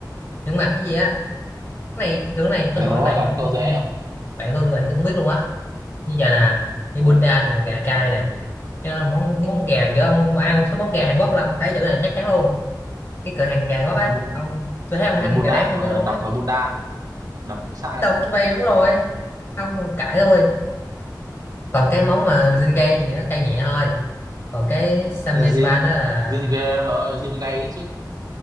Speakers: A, on the left; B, on the right.
A: những mặt cái gì á cái này kiểu này
B: người
A: tôi
B: ta
A: hỏi
B: đố
A: bạn
B: là toàn mấy câu dễ không
A: bạn tôi bạn tôi cũng biết luôn á như vậy nè như
B: ừ.
A: Bundan là gà cay này cái đó là món món gà kiểu ông ăn một số món gà Hàn Quốc là ông thấy chữ này chắc chắn luôn cái cửa hàng gà Hàn Quốc ấy
B: bun
A: ông tôi thấy ông ăn
B: là bun
A: gà
B: đát
A: rán tôi
B: mà
A: mới đúng
B: đọc
A: ấy
B: là bun đan đọc cũng sai
A: đọc
B: nữa
A: cái vây đúng rồi ông cãi thôi còn cái món mà Jingay thì nó cay nhẹ thôi còn cái samgye
B: là
A: spa
B: zin
A: nó là
B: zin ghê ông ơi zin gay đấy chứ